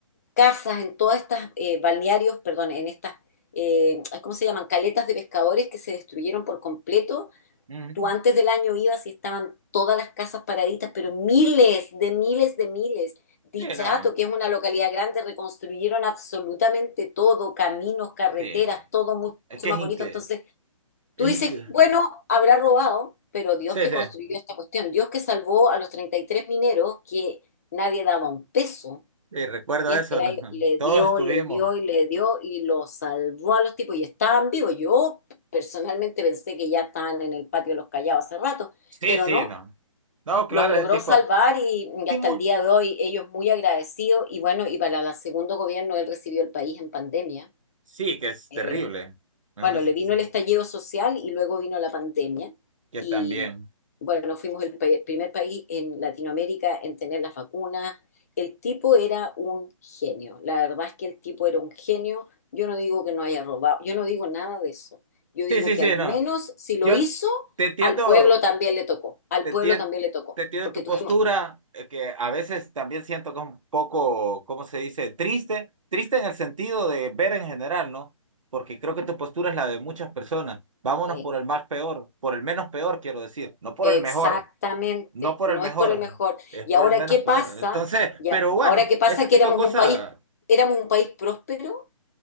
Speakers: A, on the left (about 30°); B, on the right (about 70°).
A: casas en todas estas eh, balnearios, perdón, en estas, eh, ¿cómo se llaman? Caletas de pescadores que se destruyeron por completo
B: Ujú.
A: Tú antes del año ibas y estaban todas las casas paraditas, pero miles de miles de miles. Dichato,
B: Sí, no,
A: que es una localidad grande, reconstruyeron absolutamente todo, caminos, carreteras,
B: sí,
A: todo mucho
B: es que
A: más
B: es increíble.
A: bonito. Entonces,
B: Es
A: tú dices,
B: incre-
A: bueno, habrá robado, pero Dios
B: Sí,
A: que
B: sí,
A: construyó esta cuestión, Dios que salvó a los 33 mineros que nadie daba un peso
B: sí, recuerdo
A: y
B: eso,
A: este gallo
B: lo-
A: le
B: todos
A: dio,
B: estuvimos.
A: le dio y le dio y lo salvó a los tipos y estaban vivos. Yo personalmente pensé que ya estaban en el patio de los callados hace rato,
B: Sí,
A: pero
B: sí,
A: no,
B: no. No, claro,
A: los logró
B: ese tipo.
A: salvar y, y
B: Timón,
A: hasta el día de hoy ellos muy agradecidos y bueno, y para el segundo gobierno él recibió el país en pandemia.
B: sí, que es
A: Eh,
B: terrible. No,
A: bueno,
B: no existe
A: le vino
B: ese-
A: el estallido social y luego vino la pandemia.
B: Que
A: Y
B: también.
A: bueno, fuimos el pa- primer país en Latinoamérica en tener las vacunas. El tipo era un genio. La verdad es que el tipo era un genio. Yo no digo que no haya robado, yo no digo nada de eso. Yo digo
B: Sí, sí,
A: que
B: sí,
A: al menos
B: no.
A: si lo
B: Yo
A: hizo,
B: te entiendo,
A: al pueblo también le tocó. Al
B: te
A: pueblo
B: entiendo,
A: también le tocó.
B: te entiendo
A: Porque
B: tu
A: tuvimos,
B: postura, eh, que a veces también siento que es un poco, ¿cómo se dice? Triste, triste en el sentido de ver en general, ¿no? Porque creo que tu postura es la de muchas personas. Vámonos
A: eh,
B: por el más peor, por el menos peor, quiero decir, no por
A: Exactamente,
B: el mejor, no por
A: no
B: el mejor,
A: es por el mejor.
B: es
A: Y
B: por
A: ahora
B: el menos
A: qué pasa,
B: peor. Entonces,
A: ya,
B: pero bueno,
A: ahora qué pasa
B: ese
A: que
B: tipo
A: éramos
B: de cosas
A: un país, éramos un país próspero